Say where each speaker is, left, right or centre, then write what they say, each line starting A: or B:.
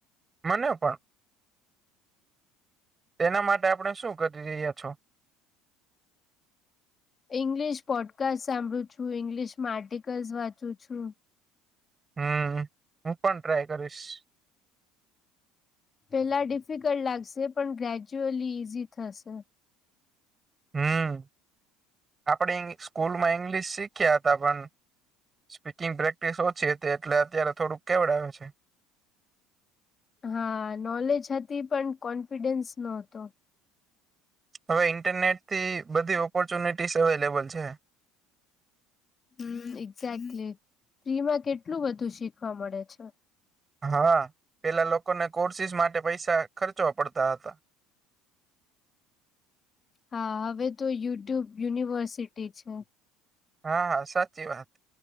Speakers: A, on the right; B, on the left.
A: મને પણ એના માટે આપણે શું કરી રહ્યા છો. <inaudible>
B: ઈંગ્લિશ પોડકાસ્ટ સાંભળું છુ, ઇંગ્લિશમા આર્ટિકલ્સ વાંચુ છુ.
A: હમ હું પણ ટ્રાય કરીશ
B: પેલા ડિફિકલ્ટ લાગશે પણ ગ્રેજ્યુઅલી ઈઝી થશે.
A: હમ આપે સ્કૂલમાં ઈંગ્લિશ શીખ્યા હતા, પણ સ્પીકિંગ પ્રેક્ટિસ ઓછી તે એટલે અત્યારે થોડુંક કેવડ આવે છે.
B: હા નોલેજ હતી પણ કોન્ફિડન્સ ન હતો.
A: હવે ઇન્ટરનેટ થી બધી ઓપોર્ચ્યુનિટીસ અવેલેબલ છે.
B: હમ એક્ઝેક્ટલી ફ્રી માં કેટલું બધું શીખવા મળે છે.
A: હા પેલા લોકોને કોર્સીિસ માટે પૈસા ખર્ચવા પડતા હતા.
B: હા હવે તો યુટ્યુબ યુનિવર્સિટી છે.
A: હા હા સાચી વાત